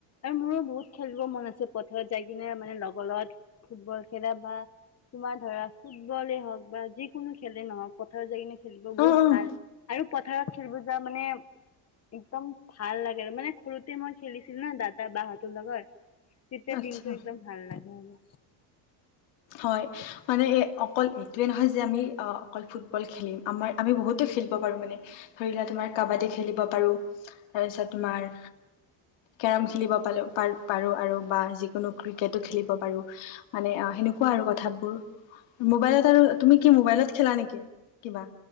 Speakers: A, on the left; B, on the left.
A: আৰু মোৰো বহুত খেলিব মন আছে পথাৰত যাই কিনে মানে লগৰ লগত ফুটবল খেলা বা তোমাৰ ধৰা ফুটবলে হওক বা যিকোনো খেলে নহওক পথাৰ যাই কিনে খেলিব বহুত
B: অ অ
A: ভাল আৰু পথাৰত খেলিব যোৱা মানে একদম ভাল লাগে আৰু মানে সৰুতে মই খেলিছিলো ন দাদা বা' হতৰ লগত তেতিয়া
B: আচ্ছা
A: দিনটো একদম ভাল লাগে মানে।
B: হয়। মানে এই অকল এইটোৱেই নহয় যে আমি অকল ফুটবল খেলিম আমাৰ আমি বহুতো খেলিব পাৰোঁ মানে। ধৰি লোৱা তোমাৰ কাবাডী খেলিব পাৰো তাৰপিছত তোমাৰ কেৰম খেলিব পালোঁ আৰু বা পাৰোঁ আৰু বা যিকোনো ক্ৰিকেটো খেলিব পাৰোঁ। মানে অ' সেনেকু কোৱা আৰু কথাবোৰ মোবাইলত আৰু তুমি কি মোবাইলত খেলা নেকি কিবা